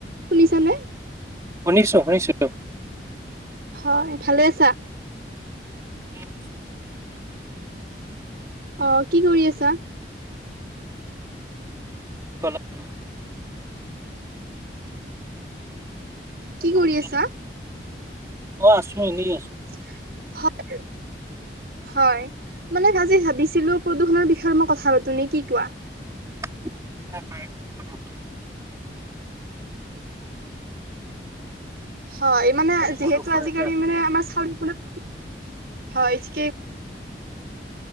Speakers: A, on the right; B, on the right.
A: শুনিছানে?
B: শুনিছো শুনিছো।
A: হয়। ভালে আছা?
B: উম আছো।
A: অ, কি কৰি আছা?
B: <unintelligible>
A: কি
B: এতিয়া
A: কৰি
B: শুনিছানে?
A: আছা?
B: অ আছো এনেই আছো।
A: <unintelligible> হয় মানে আজি ভাবিছিলো প্ৰদূষণৰ বিষয়ে মই কথা পাতো নে কি কোৱা?
B: <inaudible>
A: হয়, মানে যিহেতু
B: প্ৰদূষণ
A: আজিকালি
B: এতিয়া
A: মানে আমাৰ চাউল <inaudible> হয় ঠিকেই